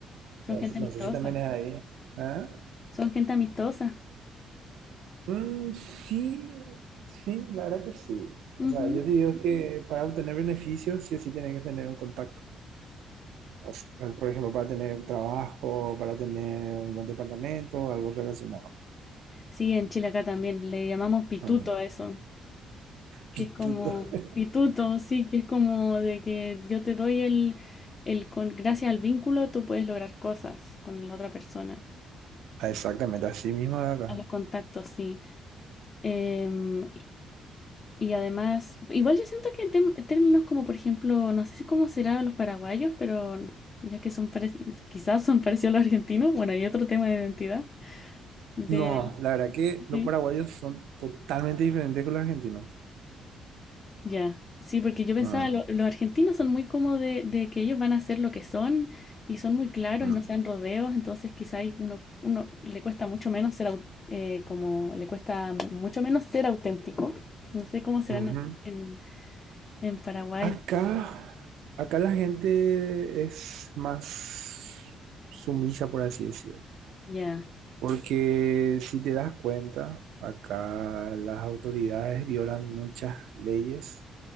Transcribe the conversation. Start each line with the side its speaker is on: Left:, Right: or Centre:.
Left: son
Right: As-
Left: gente
Right: No
Left: amistosa.
Right: sé si también es ahí. ¿Ah?
Left: Son gente amistosa.
Right: Mm, sí, sí, la verdad que sí. O
Left: Ujú.
Right: sea, yo te digo que para obtener beneficios, sí o sí tienes que tener un contacto. O sea, por ejemplo, para tener trabajo, para tener un buen departamento, algo relacionado.
Left: Sí, en Chile acá también le llamamos pituto
Right: Ah,
Left: a eso. que
Right: pituto.
Left: es como
Right: <laughs>
Left: pituto, sí, que es como de que yo te doy el, el con, gracias al vínculo tú puedes lograr cosas con la otra persona.
Right: Ah, Exactamente, así mismo de acá.
Left: A los contactos, sí. Em, y además, igual yo siento que en tem- términos como, por ejemplo, no sé si cómo será los paraguayos, pero ya que son parec- quizás son parecidos a los argentinos, bueno, hay otro tema de identidad. Del,
Right: No, la verdad que los
Left: sí.
Right: paraguayos son totalmente diferentes que los argentinos.
Left: Ya, sí, porque yo pensaba,
Right: Ah,
Left: lo- los argentinos son muy como de, de que ellos van a ser lo que son y son muy claros
Right: mm.
Left: y no se dan rodeos, entonces quizá ahí uno, uno le cuesta mucho menos ser au- eh, como le cuesta mucho menos ser auténtico. No sé cómo serán
Right: Ujú.
Left: en, en- en Paraguay.
Right: Acá, acá la gente es más sumisa, por así decirlo,
Left: Ya,
Right: porque si te das cuenta, acá las autoridades violan muchas leyes